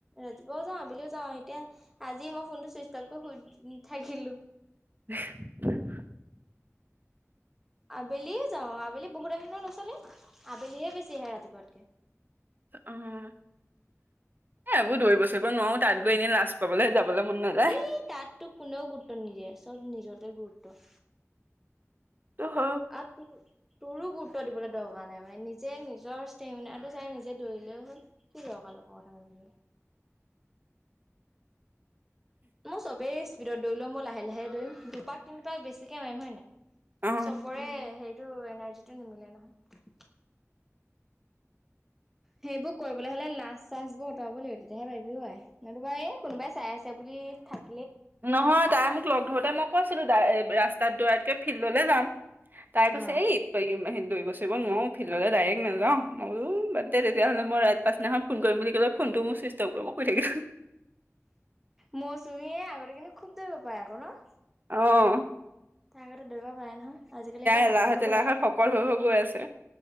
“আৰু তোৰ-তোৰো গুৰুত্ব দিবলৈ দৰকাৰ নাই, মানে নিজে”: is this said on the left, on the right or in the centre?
Centre